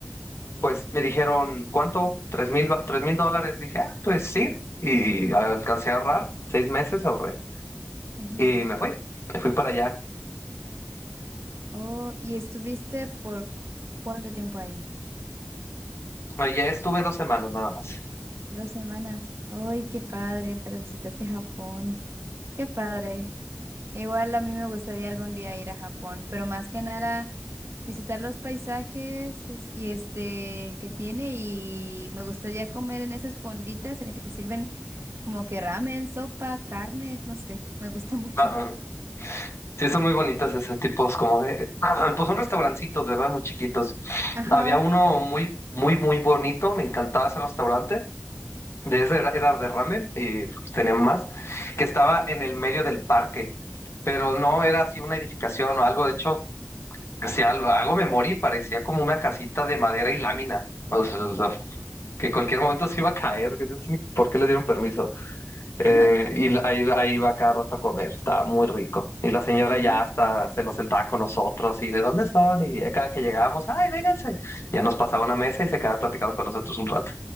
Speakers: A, on the left (about 75°); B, on the right (about 70°).
A: pues me dijeron, ¿cuánto? Tres mil, ba- tres mil dólares. Dije, ah, pues sí. Y alcancé a ahorrar, seis meses ahorré.
B: ujú.
A: Y me fui, me fui para allá.
B: Oh, ¿y estuviste por cuánto tiempo ahí?
A: Allá estuve dos semanas nada más.
B: Dos semanas. ¡Ay, qué padre! Pero visitaste Japón. ¡Qué padre! Igual a mí me gustaría algún día ir a Japón, pero más que nada visitar los paisajes es- y este que tiene y me gustaría comer en esas fonditas en las que te sirven como que ramen, sopa, carnes, no sé, me gusta mucho.
A: Ah, ah. Sí, son muy bonitas esos tipos como de... ah, pues son restaurancitos, ¿verdad? Muy chiquitos.
B: Ajá.
A: Había uno muy, muy, muy bonito, me encantaba ese restaurante de ese era, era de ramen y pues, tenían más, que estaba en el medio del parque, pero no era así una edificación o algo, de hecho, que si algo, algo me morí, parecía como una casita de madera y lámina, o sea, o sea, que en cualquier momento se iba a caer, que no sé ¿por qué les dieron permiso? Eh,
B: <laughs>
A: y la- ahí, ahí iba cada rato a comer, estaba muy rico. Y la señora
B: Sí.
A: ya hasta se nos sentaba con nosotros y ¿de dónde son? Y cada que llegábamos, ¡ay, vénganse! Ya nos pasaba una mesa y se quedaba platicando con nosotros un rato.